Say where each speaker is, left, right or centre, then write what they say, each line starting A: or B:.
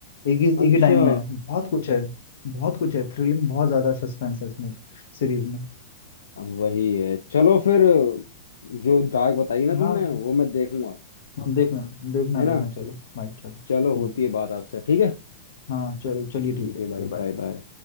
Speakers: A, on the left; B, on the left.
A: एक ही एक
B: अच्छा
A: ही टाइम में बहुत कुछ है बहुत कुछ है थ्रिलिंग बहुत ज्यादा सस्पेंस है इसमें सीरीज में
B: अब वही है चलो फिर जो डार्क बताई ना
A: हाँ
B: तुमने वो मैं देखूंगा
A: देखना देखना
B: है
A: देखना
B: ना
A: चलो बाय चलो
B: चलो
A: ठीक
B: होती
A: है
B: है बात आपसे ठीक है
A: हाँ चलो चलिए
B: ठीक
A: ठीक है
B: है
A: ठीक
B: भाई
A: है बाय
B: बाय बाय